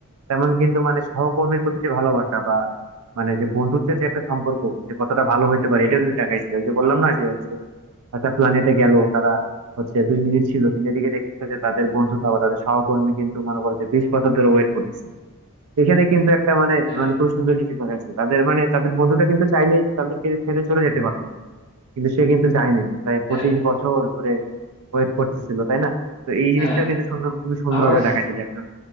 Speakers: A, on the right; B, on the left.
A: তেমন কিন্তু মানে সহকর্মীর প্রতি যে ভালোবাসা বা মানে যে বন্ধুত্বের যে একটা সম্পর্ক যে কতটা ভালো হইতে পারে এটা কিন্তু দেখাইছে ওই যে বললাম না যে হচ্ছে একটা প্ল্যানেটে গেল তারা হচ্ছে দুই মিনিট ছিল কিন্তু এদিকে দেখতেছে যে তাদের বন্ধু বা তাদের সহকর্মী কিন্তু মনে করে যে বিশ বছর ধরে ওয়েট করতেছে এখানে কিন্তু একটা মানে
B: হ্যাঁ
A: মানে খুব সুন্দর জিনিস দেখাচ্ছে তাদের মানে তাদের বন্ধুটা কিন্তু চাইলেই তাদেরকে ছেড়ে চলে যেতে পারতো কিন্তু সে কিন্তু যায় নাই প্রায় পঁচিশ
B: হ্যাঁ
A: বছর ধরে ওয়েট করতেছিল তাই না তো এই জিনিসটা
B: হ্যাঁ
A: কিন্তু সুন্দর খুবই সুন্দর
B: আবার
A: ভাবে দেখাচ্ছে যে একটা